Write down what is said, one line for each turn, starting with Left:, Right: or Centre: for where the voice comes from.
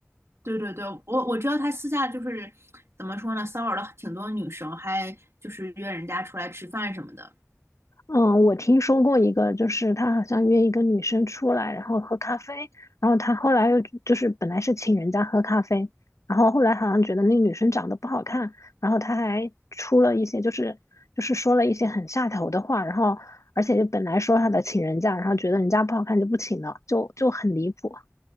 Right: 对对对，我我知道他私下就是怎么说呢，骚扰了挺多女生，还就是约人家出来吃饭什么的。
Left: 嗯，我听说过一个，就是他好像约一个女生出来，然后喝咖啡，然后他后来又就是本来是请人家喝咖啡，然后后来好像觉得那女生长得不好看，然后他还出了一些就是就是说了一些很下头的话，然后而且就本来说他的请人家，然后觉得人家不好看就不请了，就就很离谱。